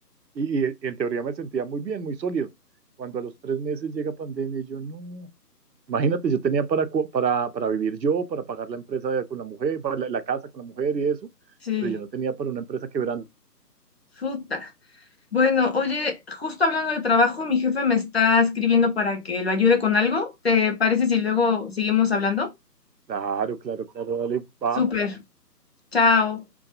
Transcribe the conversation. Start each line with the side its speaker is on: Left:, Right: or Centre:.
Right: y, y en teoría me sentía muy bien, muy sólido. Cuando a los tres meses llega pandemia, y yo no. Imagínate, yo tenía para, co- para, para vivir yo, para pagar la empresa de- con la mujer, para la, la casa con la mujer y eso,
Left: sí,
Right: pero yo no tenía para una empresa quebrando.
Left: puta. Bueno, oye, justo hablando de trabajo, mi jefe me está escribiendo para que lo ayude con algo. ¿Te parece si luego seguimos hablando?
Right: Claro, claro, claro, dale, va.
Left: Súper. Chao.